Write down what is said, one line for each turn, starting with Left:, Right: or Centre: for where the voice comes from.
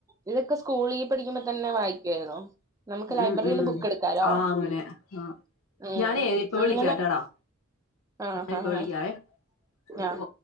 Right: ഇതൊക്കെ സ്കൂളീ പഠിക്കുമ്പോ തന്നെ വായിക്കുവാരുന്നു നമ്ക്ക് ലൈബ്രറീന്ന്
Left: ഉം ഉം
Right: ബു ക്ക് എടുക്കാലോ
Left: ആഹ് അങ്ങനെ ആഹ്
Right: ഉം
Left: ഞാനേ ഇപ്പൊ
Right: അങ്ങനെ
Left: വിളിക്കാട്ടാടാ
Right: ആഹ്
Left: ഞാൻ ഇപ്പൊ
Right: ഹാ
Left: വിളിക്കാവേ ഒരു
Right: അ
Left: കോ